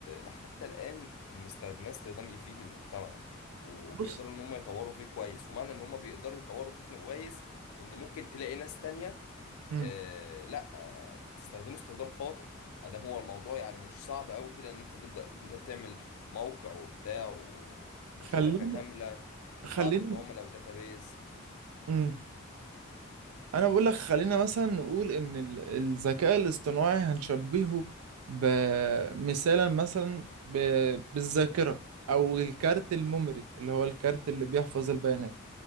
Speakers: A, on the left (about 85°); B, on the right (about 90°).
A: حتى الان مستخدماه استخدام يفيد المجتمع وبيقدروا
B: بص
A: ان هم يطوروا فيه كويس ومعنى ان هم بيقدروا يطوروا فيه كويس ان ممكن تلاقي ناس تانية
B: مم.
A: آه لا آه تستخدمه استخدام خاطئ ادام هو الموضوع يعني مش صعب قوي كده ان انت تبدا انت تعمل موقع وبتاع و... وشبكة
B: خليني
A: كاملة وقاعدة
B: خليني
A: عملاء وداتابيز
B: مم. انا بقول لك خلينا مثلا نقول ان ال- الذكاء الاصطناعي هنشبهه بمثالا مثلا ب- بالذاكره او الكارت الميموري اللي هو الكارت اللي بيحفظ البيانات